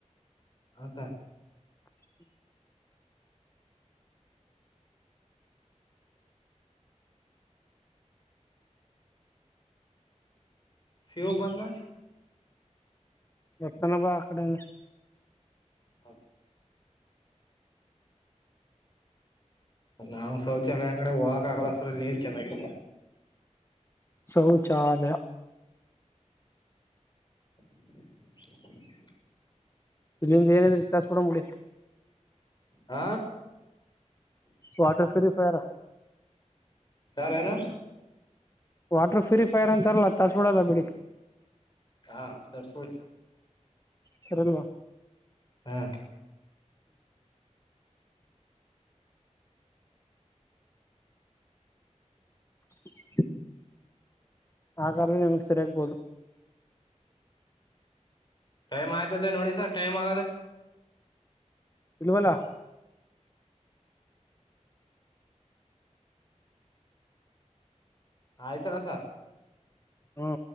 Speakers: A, on the left; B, on the left.
A: ಹ ಸರ್
B: ಹ್ಮ್ಮ
A: ಸಿವು ಬಂದ
B: ಎತ್ತನ ಬಾ ಅಕಡೆಂಗ
A: ಹೌ ನಾ ಶೌಚಾಲಯ ಕಡೆ ಹೋಗಕ್ ಆಗಲ್ಲ ಸರ ನೀವ ಚೆನ್ನಾಗಿತ್ತ
B: ಶೌಚಾಲಯ
A: <inaudible>
B: ಇಲ್ಲಿಂದ ಏನಿದ್ರರು ಇತ್ಯಾಸ ಪಡ ಮೂಡಿ
A: ಆ
B: ವಾಟರ್ ಕರಿಫರ
A: ಯಾರೇನು
B: ವಾಟರ್ ಫ್ಯೂರಿಫೈರ್ ಅಂತಾರಲ್ಲ ತರಿಸಬಿಡದ ಬಿಡಿ
A: ಹಾ ತರ್ ಸುಯ
B: ಸರಿದುವಾ
A: ಹಾ
B: <unintelligible> ಹಾಗಾದೆ ನಿಮ್ಗೆ ಸರಿಯಗ್ಬೋದು
A: ಟೈಮ್ ಆಯ್ತತೆ ನೋಡಿ ಸರ್ ಟೈಮ್ ಆಗದೆ
B: ಇಲ್ವಲ್ಲ
A: ಹ ಆಯ್ತಾರಸ
B: ಹ್ಮ